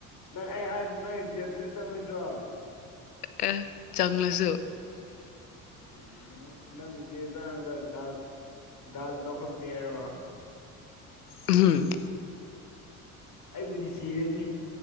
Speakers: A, on the left; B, on the left.
A: ꯅꯪ ꯑꯩ ꯍꯥꯏꯗꯨ ꯅꯣꯏ <unintelligible>
B: ꯑ ꯆꯝꯂꯁꯨ
A: ꯎꯝ ꯅꯪꯒꯤ ꯍꯤꯟꯖꯥꯡꯒꯥ ꯗꯥꯜ ꯗꯥꯜ ꯂꯧꯈꯠꯀꯦꯔꯣ
B: ꯑꯍꯝ
A: ꯑꯩꯕꯨꯗꯤ ꯁꯤꯔꯅꯤ